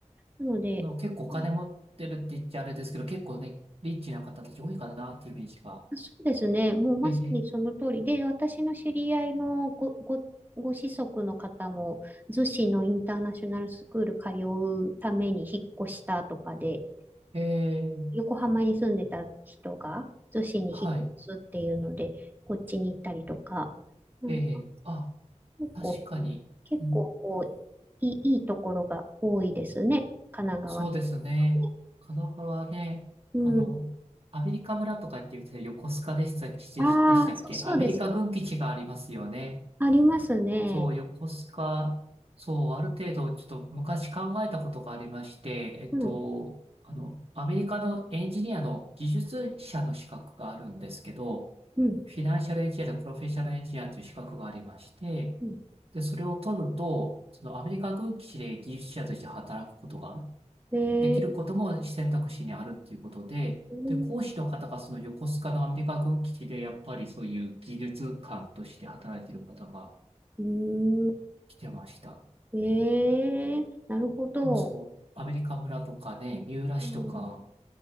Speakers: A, on the right (about 15°); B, on the right (about 50°).
A: なので、
B: の、結構お金持ってるって言っちゃあれですけど、
A: うん
B: 結構ね、リッチな方たち多いかなっていうイメージが。
A: そうですね。もうまさにその通りで、
B: ええ、
A: 私の知り合いのご、ご、ご子息の方も、逗子のインターナショナルスクール通うために引っ越したとかで、
B: ええ
A: 横浜に住んでた人が逗子に引っ越すっていうので、
B: はい。
A: こっちに行ったりとか、うん
B: ええ、あ、
A: 結構、
B: 確かに。
A: 結構こう、
B: うん
A: いい、いいところが多いですね、神奈川って
B: そうですね。
A: ね。
B: 神奈川ね、
A: うん。
B: あの、アメリカ村とかって言ってたら横須賀でした、しでしたっけアメリカ軍基地がありますよね。
A: ああ、そ、そうです。ありますね。
B: そう、横須賀、そう、ある程度、ちょっと昔考えたことがありまして、えっと、
A: うん、
B: あの、アメリカのエンジニアの技術者の資格があるんですけど、
A: うん、
B: フィナンシャルエンジニアとプロフェッショナルエンジニアという資格がありまして、
A: うん。
B: で、それを取ると、そのアメリカ軍基地で技術者として働くことが
A: ええ
B: できることも選択肢にあるっていうことで、
A: うん、
B: で、講師の方がその横須賀のアメリカ軍基地でやっぱりそういう技術官として働いている方が
A: うん、
B: 来てました。
A: ええなるほど。
B: でもそう、アメリカ村とかね、三浦市とか、
A: うん